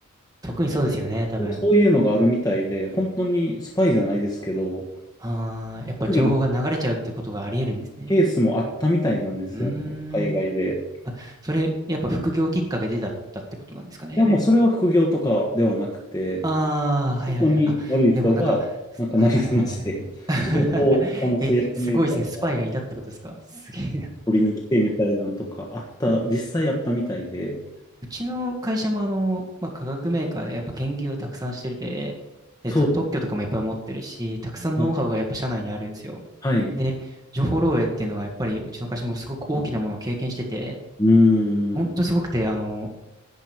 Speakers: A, on the right; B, on the left.
A: 特にそうですよね、多分。
B: そういうのがあるみたいで、本当にスパイじゃないですけど、
A: ああ、やっぱ情報が流れちゃうってことがあり得るんですね。
B: 来るケースもあったみたいなんですよね、
A: うーん。
B: 海外で。
A: あ、それ、やっぱ副業きっかけでだったってことなんですかね。
B: でもそれは副業とかではなくて、
A: ああ、はいはいはい。
B: 本当に悪い人が、
A: あ、でもなんか、
B: なんかなりすまして、
A: はいはいはいはい。
B: 情報を他の製薬メーカーに
A: <laughs> え、すごいですね。スパイがいたってことですかすげえ
B: 取りに来てみたいなんとかあった、実際あったみたいで、
A: うちの会社もあの、まあ、化学メーカーでやっぱ研究をたくさんしてるて、で、
B: そうです
A: と特許とかもいっぱい持ってるし、たくさんノウハウがやっぱ社内にあるんですよ。
B: ね。はい。
A: で、情報漏洩っていうのはやっぱりうちの会社もすごく大きなものを経験してて、
B: うーん。
A: 本当にすごくて、あの、